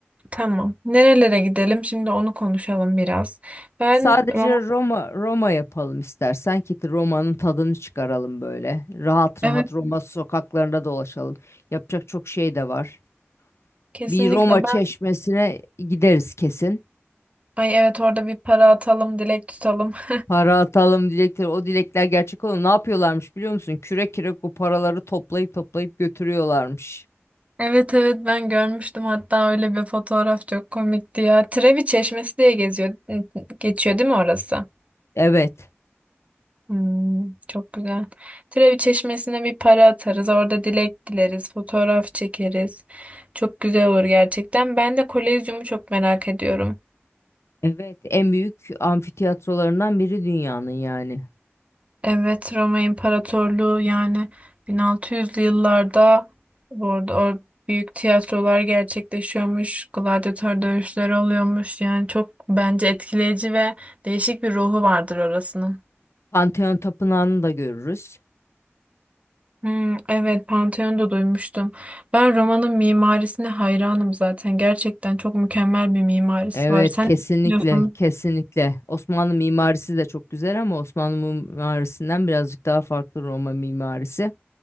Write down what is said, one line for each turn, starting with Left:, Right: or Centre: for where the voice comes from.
Right: Tamam. Nerelere gidelim? Şimdi onu konuşalım biraz. Ben
Left: Sadece
Right: Roma
Left: Roma Roma yapalım istersen ki Roma'nın tadını çıkaralım böyle. Rahat
Right: Evet.
Left: rahat Roma sokaklarında dolaşalım. Yapacak çok şey de var.
Right: Kesinlikle
Left: Bir Roma çeşmesine
Right: ben
Left: gideriz kesin.
Right: ay evet orada bir para atalım dilek tutalım. <laughs>
Left: Para atalım dilekleri. O dilekler gerçek olur. Ne yapıyorlarmış biliyor musun? Kürek kürek o paraları toplayıp toplayıp götürüyorlarmış.
Right: Evet evet ben görmüştüm hatta öyle bir fotoğraf çok komikti ya. Trevi Çeşmesi diye geziyor geçiyor değil mi orası?
Left: Evet.
Right: Hmm, çok güzel. Trevi Çeşmesi'ne bir para atarız. Orada dilek dileriz. Fotoğraf çekeriz. Çok güzel olur gerçekten. Ben de Kolezyum'u çok merak ediyorum.
Left: Evet, en büyük amfiteyatrolarından biri dünyanın yani.
Right: Evet, Roma İmparatorluğu yani 1600'lü yıllarda bu arada o büyük tiyatrolar gerçekleşiyormuş. Gladyatör dövüşleri oluyormuş. Yani çok bence etkileyici ve değişik bir ruhu vardır orasının.
Left: Pantheon Tapınağı'nı da görürüz.
Right: Hmm, evet, Pantheon'da duymuştum. Ben romanın mimarisine hayranım zaten. Gerçekten çok mükemmel bir mimarisi
Left: Evet,
Right: var. Sen
Left: kesinlikle,
Right: ne düşünüyorsun?
Left: kesinlikle. Osmanlı mimarisi de çok güzel ama Osmanlı mimarisinden birazcık daha farklı Roma mimarisi.